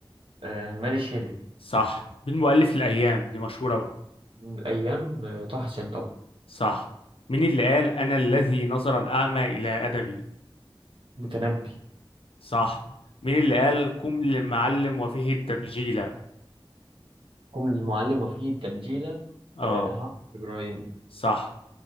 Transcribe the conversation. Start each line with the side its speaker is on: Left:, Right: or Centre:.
Right: آه، ماري شيلي
Left: صح مين مؤلف الأيام دي مشهورة أوي.
Right: من الأيام آه، طه حسين طبعا
Left: صح مين اللي قال أنا الذي نظر الأعمى إلى أدبي
Right: متنبي
Left: صح مين اللي قال قم للمعلم وفيه التبجيلة
Right: كم المعلم وفيه تبجيلة
Left: اه
Right: آه، ها إبراهيم
Left: صح